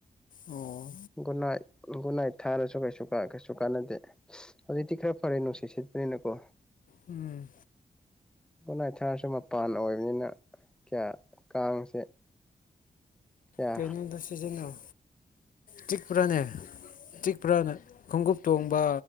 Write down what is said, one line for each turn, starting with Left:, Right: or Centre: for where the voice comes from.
Left: ꯑꯣ
Centre: ꯒꯨꯅꯥꯢꯠ ꯒꯨꯅꯥꯏꯠ ꯊꯥꯔꯁꯨ ꯀꯩꯁꯨ ꯀ ꯀꯩꯁꯨ ꯀꯥꯟꯅꯗꯦ ꯍꯧꯖꯤꯛꯇꯤ ꯈꯔ ꯐꯔꯦ ꯅꯨꯡꯁꯤꯠꯁꯤ ꯄꯅꯀꯣ
Left: ꯎꯝ
Centre: ꯒꯨꯅꯥꯢꯠ ꯊꯥꯔꯁꯨ ꯃꯄꯥꯟ ꯑꯣꯏꯕꯅꯤꯅ ꯀꯌꯥ ꯀꯥꯡꯁꯦ ꯀꯌꯥ
Left: ꯀꯩꯅꯣꯗꯣ ꯁꯤꯖꯟꯅꯧ ꯆꯤꯛꯄ꯭ꯔꯅꯦ ꯄ꯭ꯔꯅ ꯈꯣꯡꯒꯨꯞ ꯇꯣꯡꯕ